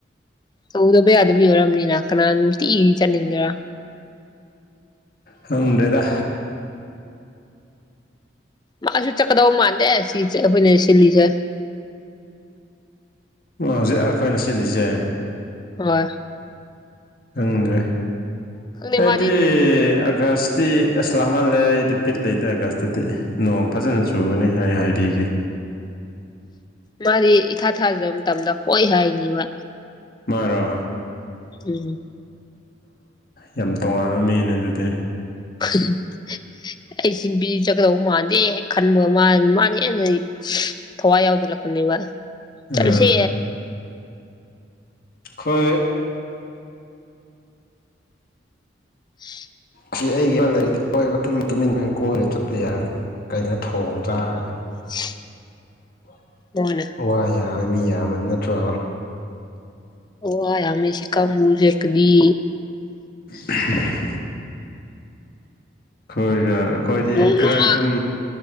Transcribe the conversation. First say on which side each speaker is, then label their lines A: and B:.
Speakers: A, on the left (about 25°); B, on the left (about 50°).
A: ꯇꯧꯗꯕ ꯌꯗꯕꯒꯤ ꯑꯣꯏꯔ ꯑ ꯑꯃꯅꯤꯅ ꯀꯅꯅ ꯅꯨꯇꯤꯒꯤ ꯆꯅꯤꯡꯒꯦꯔꯥ
B: ꯈꯪꯗꯦꯗ
A: ꯃꯥꯁꯨ ꯆꯠꯀꯗꯧ ꯃꯥꯟꯗꯦ ꯁꯤ ꯑꯩꯈꯣꯏꯅ ꯁꯤꯜꯂꯤꯁꯦ
B: ꯍꯧꯖꯤꯛ ꯑꯩꯈꯣꯏꯅ ꯁꯤꯜꯂꯤꯁꯦ
A: ꯍꯣꯏ
B: ꯈꯪꯗ꯭ꯔꯦ
A: ꯈꯪꯗꯦ
B: ꯑꯩꯗꯤ
A: ꯃꯥꯗꯤ
B: ꯑꯥꯒꯁ ꯇꯤ ꯑꯁꯂꯥꯃꯜꯂꯦꯗꯤ ꯕꯤꯠ ꯂꯩꯇꯔꯒꯁꯇꯗꯤ ꯅꯣꯡ ꯐꯖꯅ ꯆꯨꯒꯅꯤ ꯍꯥꯏ ꯍꯥꯏꯕꯤꯒꯦ
A: ꯃꯥꯗꯤ ꯏꯊꯥ ꯊꯥꯖꯕ ꯃꯇꯝꯗ ꯍꯣꯏ ꯍꯥꯏꯅꯤꯕ
B: ꯃꯥꯔꯣ
A: ꯎꯝ
B: ꯌꯥꯝ ꯇꯣꯉꯥꯟꯕ ꯃꯤꯅꯦ ꯑꯗꯨꯗꯤ
A: <unintelligible> ꯑꯩ ꯁꯤ ꯕꯤ ꯆꯠꯒꯗꯧ ꯃꯥꯟꯗꯦ ꯈꯟꯕ ꯃꯥ ꯃꯥꯅ ꯍꯦꯟꯅ ꯊꯋꯥꯏ ꯌꯥꯎꯖꯤꯜ ꯂꯛꯄꯅꯦꯕ
B: ꯑꯥ
A: ꯆꯂꯁꯤ
B: ꯑꯩꯈꯣꯏ
A: <unintelligible>
B: ꯁꯤ ꯑꯩꯒꯤ ꯌꯥꯝ ꯂꯩꯔꯤꯗꯤ ꯏꯀꯣꯏꯕ ꯑꯗꯨꯝ ꯇꯨꯃꯤꯟ ꯇꯨꯃꯤꯟ ꯀꯣꯏꯔꯦ ꯆꯠꯄ ꯌꯥꯔꯅꯤ ꯀꯩꯒꯤꯅꯣ ꯊꯣꯡ ꯆꯥꯔꯒ
A: <unintelligible>
B: ꯋꯥ
A: ꯑꯣꯅ
B: ꯋꯥ ꯌꯥꯔ ꯃꯤ ꯌꯥꯝꯃ ꯅꯠꯇ꯭ꯔꯣ
A: ꯌꯥ ꯌꯥꯝꯃꯦ ꯁꯤ ꯀꯥꯡꯕꯨꯁꯦꯀꯒꯤ
B: ꯎ ꯈꯣꯏꯒ ꯑꯩꯈꯣꯏꯗꯤ
A: ꯅꯣꯡꯃ
B: ꯈꯔ ꯑꯗꯨꯝ